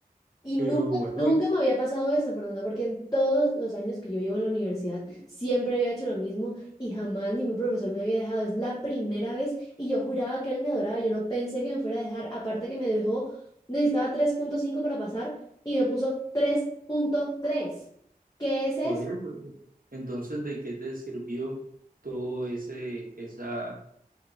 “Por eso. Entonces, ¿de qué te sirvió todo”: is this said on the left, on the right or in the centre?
Right